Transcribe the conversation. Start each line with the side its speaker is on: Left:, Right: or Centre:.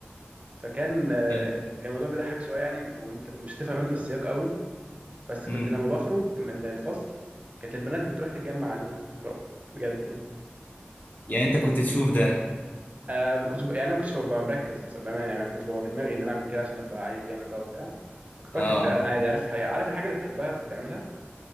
Right: فكان آه،
Left: ايوه
Right: كان الموضوع بيضحك شويه يعني ومت- ومش تفهم انت السياق قوي بس كنت
Left: امم
Right: لما بخرج من الفصل كانت البنات بتروح تتجمع عليه تقراه بجد يعني
Left: يعني انت كنت تشوف ده
Right: آه ما كنتش ب... يعني انا ما كنتش ببقى مركز بس- بامانه يعني أنا ما كنتش ببقى في دماغي ان انا اعمل كده عشان ابقى عيل جامد بقى وبتاع أنا كنت
Left: اه
Right: بكتب فعلا عادي عارف حقيقة. عارف الحاجه اللي بتحبها فبتعملها